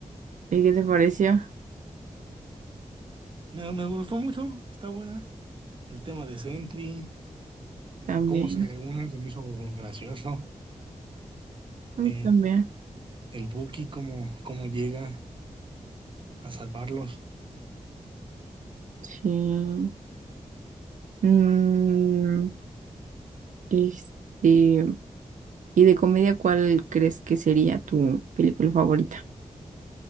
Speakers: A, on the right; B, on the right.
A: ¿y qué te pareció?
B: Me, me gustó mucho, está buena. El tema de Sentry, eh,
A: También,
B: cómo se reúnen, se me hizo gracioso.
A: mm,
B: Eh,
A: también,
B: el Buki, cómo, cómo llega a salvarlos.
A: sí. Mm, este, ¿y de comedia cuál crees que sería tu película favorita?